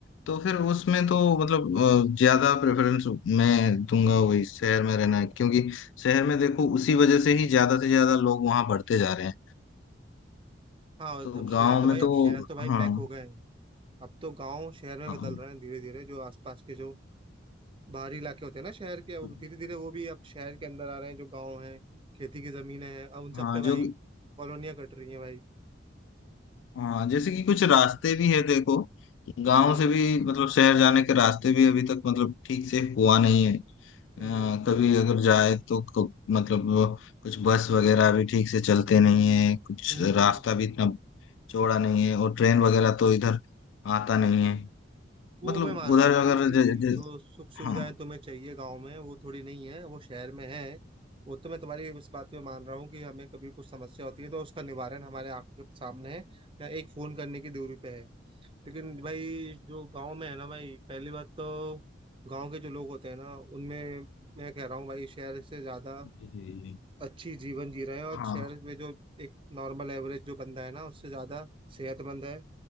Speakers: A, on the left (about 75°); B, on the right (about 25°).
A: तो फिर उसमें तो मतलब अ, ज्यादा प्रेफरेंस मैं दूंगा वही शहर में रहना क्योंकि शहर में देखो उसी वजह से ही ज्यादा से ज्यादा लोग वहां बढ़ते जा रहे हैं
B: हाँ
A: तो
B: अब शहर
A: गांव
B: तो
A: में
B: भाई
A: तो
B: अब शहर तो भाई
A: हाँ
B: पैक हो गए हैं अब तो गांव शहर में
A: हाँ
B: बदल रहे हैं धीरे धीरे जो आसपास के जो बाहरी इलाके होते हैं ना शहर के अब
A: कुछ-
B: धीरे धीरे वो भी अब शहर के अंदर आ रहे हैं जो गांव हैं खेती की जमीनें हैं अब उन सब
A: हाँ
B: पे भाई
A: जो
B: कॉलोनियां कट रही हैं भाई
A: हाँ जैसे कि कुछ रास्ते भी है देखो गांव
B: हम्म
A: से भी मतलब शहर जाने के रास्ते भी अभी तक मतलब ठीक से हुआ नहीं है अ,
B: हम्म
A: कभी अगर जाए तो क- मतलब वो कुछ बस वगैरह भी ठीक से चलते नहीं है कुछ
B: हम्म
A: रास्ता भी इतना चौड़ा नहीं है और ट्रेन वगैरह तो इधर आता नहीं है
B: वो
A: मतलब
B: मैं मान
A: उधर
B: रहा हूँ भाई
A: अगर
B: कि
A: ज, ज,
B: जो सुख सुविधाएं
A: हाँ
B: तुम्हें चाहिए गांव में वो थोड़ी नहीं है वो शहर में है वो तो मैं तुम्हारी इस बात पे मान रहा हूँ कि हमें कभी कुछ समस्या होती है तो उसका निवारण हमारे आंखों के सामने है या एक फोन करने की दूरी पे है लेकिन भाई जो गांव में है ना भाई पहली बात तो गांव के जो लोग होते हैं ना उनमें मैं कह रहा हूँ भाई शहर से ज्यादा
A: जी जी जी।
B: अच्छी जीवन जी रहे हैं और
A: हाँ
B: शहर में जो एक नॉर्मल एवरेज जो बंदा है ना उससे ज्यादा सेहतमंद है